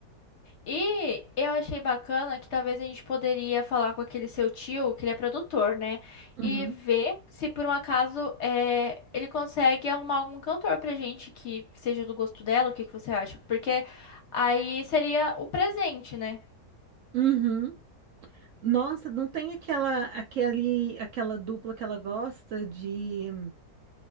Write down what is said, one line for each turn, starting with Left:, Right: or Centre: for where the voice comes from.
Left: E eu achei bacana que talvez a gente poderia falar com aquele seu tio, que ele é produtor, né? E
Right: uhum.
Left: ver se por um acaso é, ele consegue arrumar algum cantor pra gente que seja do gosto dela, o que que você acha? Porque aí seria o presente, né?
Right: Uhum. Nossa, não tem aquela aquele aquela dupla que ela gosta de